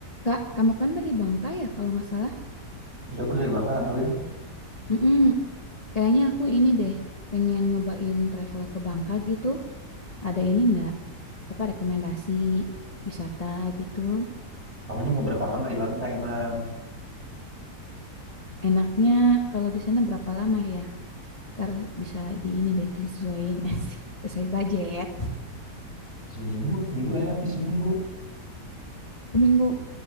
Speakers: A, on the left (about 25°); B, on the right (about 40°).
A: Kak, kamu kan dari Bangka ya kalau nggak salah?
B: Iya aku dari Bangka anak itu.
A: Mm-mm. Kayaknya aku ini deh, pengen nyobain travel ke Bangka gitu. Ada ini nggak? Apa rekomendasi wisata gitu?
B: Kamunya mau berapa lama di Bangka emang?
A: Enaknya kalau di sana berapa lama ya? Ntar bisa di ini deh disesuaiin <laughs> sih, sesuai budget.
B: Seminggu, seminggu enak sih seminggu.
A: Seminggu.